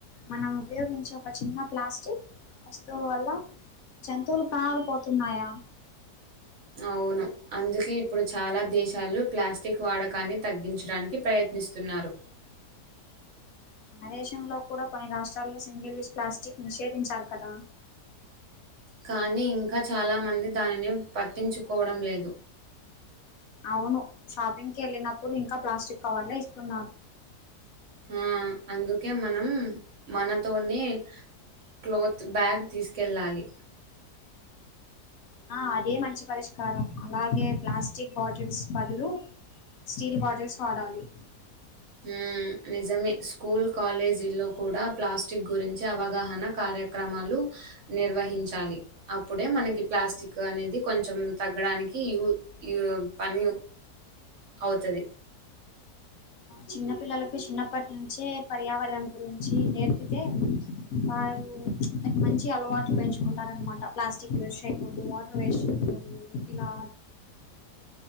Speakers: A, on the left; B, on the right.
A: మనం ఉపయోగించే ఒక చిన్న ప్లాస్టిక్ వస్తువు వల్ల జంతువులు ప్రాణాలు పోతున్నాయా?
B: అవును. అందుకే ఇప్పుడు చాలా దేశాలు ప్లాస్టిక్ వాడకాన్ని తగ్గించడానికి ప్రయత్న ప్రయత్నిస్తున్నారు.
A: అ <unintelligible> మన దేశంలో కూడా కొన్ని రాష్ట్రాల్లో సింగిల్ యూస్ ప్లాస్టిక్ నిషేధించారు కదా?
B: కానీ ఇంకా చాలా మంది, దానిని పట్టించుకోవడం లేదు.
A: అవును షాపింగ్కి, వెళ్ళినప్పుడు ఇంకా ప్లాస్టిక్ కవర్లే ఇస్తున్నారు.
B: ఆ, అందుకే మనం మనతోనే క్లోత్ బ్యాగ్ తీసుకెళ్ళాలి.
A: ఆ అదే మంచి పరిష్కారం. అలాగే ప్లాస్టిక్ బాటిల్స్ బదులు స్టీల్ బాటిల్స్ వాడాలి.
B: మ్, నిజమే స్కూల్, కాలేజీ లో కూడా ప్లాస్టిక్ గురించి అవగాహన కార కార్యక్రమాలు నిర్వహించాలి. అప్పుడే మనకి ప్లాస్టిక్ అనేది కొంచెం తగ్గడానికి దానికి యూత్ యు పని అవుతాది.
A: చిన్న పిల్లలకు చిన్నప్పటి నుంచే పర్యావరణం గురించి నేర్పితే వాళ్ళు మంచి అలవాట్లు పెంచుకుంటారు అన్నమాట. ప్లాస్టిక్ వేస్ట్ చేయకూడదు, వాటర్ వేస్ట్ చేయకడదు. ఇలా